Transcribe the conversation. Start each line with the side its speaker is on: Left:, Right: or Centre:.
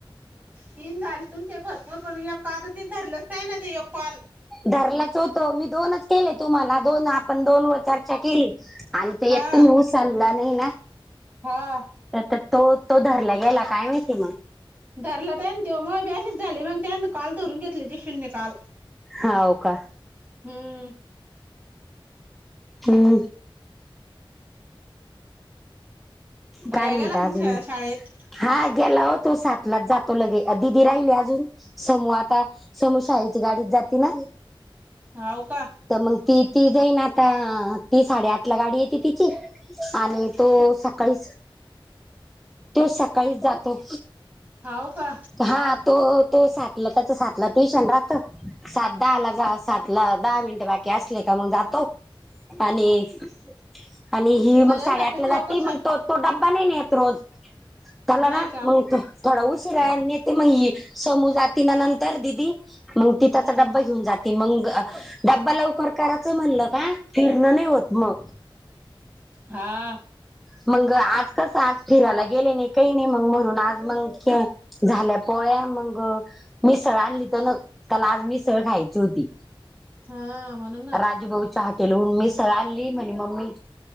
Right: तीन झाली तुमचे भरपूर पण या पा ते धरलंच नाही ना एक कॉल.
Centre: धरलाच होत मी दोनच केले तुम्हाला दोन आपण दोन वर चर्चा केली. आणि ते
Right: हा
Centre: एकटून म उचलला नाही ना.
Right: हा
Centre: तर तर तो तो धरला गेला काय माहिती मग.
Right: धरला त्यान ते मग बी असेच झाले मग त्यांत काल धरून घेतले ते शून्य काल.
Centre: हा हो का
Right: हम्म
Centre: हम्म.
Right: भैया
Centre: काय म्हणता
Right: गेला का मग
Centre: अजून
Right: शा
Centre: म?
Right: शाळेत
Centre: हा गेला हो तो सातलाच जातो लगे दीदी राहिली अजून समू आता. समू शाळेच्या गाडीत जाती ना?
Right: होव का.
Centre: तर मग ती ती जाईन आता ती साडेआठ ला गाडी येते तिची आणि तो सकाळी तो सकाळीच जातो.
Right: होव का.
Centre: हा तो तो सातला त्याच सातला ट्युशन राहत सात दहा ला जा सात ला दहा मिनट बाकी असले का मग जातो. आणि आणि ही मग
Right: बयासाठीच
Centre: साडेआठ ला
Right: लवकर
Centre: जात मग
Right: स
Centre: तो तो डबा नाही रोज त्याला
Right: नाही
Centre: ना
Right: का
Centre: मग थोडा उशीर त्याला नीती मग ही समू जाती ना नंतर दिदी मग ति त्याचा
Right: हम्म
Centre: डब्बा घेऊन जाते. मग ड्बा लवकर करायचं म्हणलं का फिरणं नाही होत मग.
Right: हा
Centre: मग आज कस आज फिरायला गेले नाही काही नाही मग म्हणून आज मग झाल्या पोळ्या मग मिसळ आणली तर न त्याला आज मिसळ खायची होती.
Right: हा म्हणूनच.
Centre: राजू भाऊ. हॉटेल वरून मिसळ आणली मम्मी